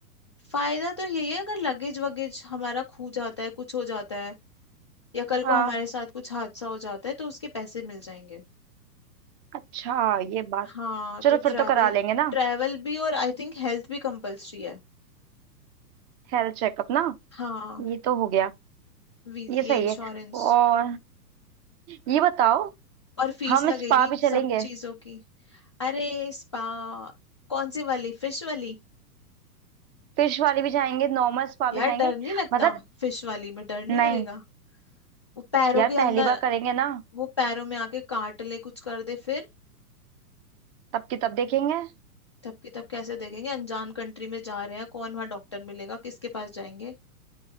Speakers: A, on the left; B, on the right.
A: फायदा तो यही है अगर लगेज वगेज हमारा खो जाता है कुछ हो जाता है या कल
B: हाँ
A: को हमारे साथ कुछ हादसा हो जाता है तो उसके पैसे मिल जाएंगे
B: अच्छा ये बात
A: हाँ
B: चलो
A: तो ट्रैवल
B: फिर तो करा लेंगे ना
A: ट्रैवल भी और आई थिंक हेल्थ भी कंपलसरी है
B: हेल्थ चेकअप ना
A: हाँ
B: ये तो हो गया
A: वी-
B: ये सही
A: ये इंश्योरेंस
B: है और ये बताओ
A: और फीस
B: हम
A: लगेगी
B: स्पा भी चलेंगे
A: सब चीजों की अरे स्पा कौन सी वाली फिश वाली
B: फिश वाली भी जाएंगे नॉर्मल स्पा भी
A: यार
B: जाएंगे
A: डर नहीं लगता
B: मतलब
A: फिश वाली में डर नहीं
B: नहीं
A: लगेगा वो पैरों
B: यार
A: के अंदर
B: पहली बार करेंगे ना
A: वो पैरों में आके काट ले कुछ कर दे फिर
B: तब की तब देखेंगे
A: तब की तब कैसे देखेंगे अनजान कंट्री में जा रहे हैं कौन वहां डॉक्टर मिलेगा किसके पास जाएंगे